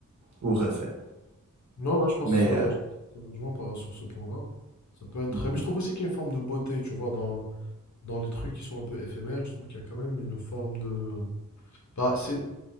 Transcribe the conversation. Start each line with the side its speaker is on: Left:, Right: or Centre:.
Right: ou refait.
Left: Non, ouais, je pense,
Right: Mais,
Left: euh,
Right: euh,
Left: je te rejoins par- sur ce point-là. Ça peut être,
Right: mhm.
Left: mais je trouve aussi qu'il y a une forme de beauté, tu vois, dans, dans les trucs qui sont un peu éphémères. Je trouve qu'il y a quand même une forme de, bah, c'est